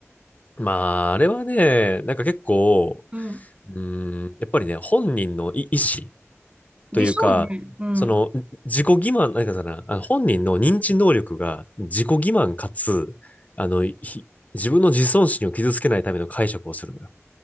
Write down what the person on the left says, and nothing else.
まあ、あれはね、なんか結構、
うーん、やっぱりね、本人の意意思というか、
その、自己欺瞞、なんかさな、あの本人の認知能力が自己欺瞞かつ、あの、ひ自分の自尊心を傷つけないための解釈をするのよ。